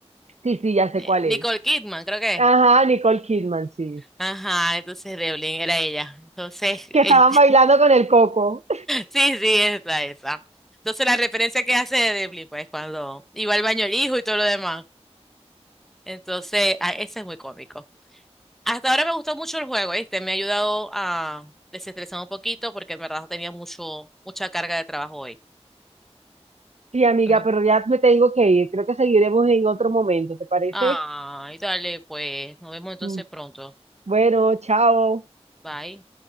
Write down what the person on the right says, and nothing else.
Sí, sí, ya sé
cuál
es.
Ajá, Nicole Kidman, sí,
que estaban
bailando con el coco.
Sí, amiga,
pero ya me tengo que ir. Creo que seguiremos en otro momento, ¿te parece?
Mm,
Bueno, chao.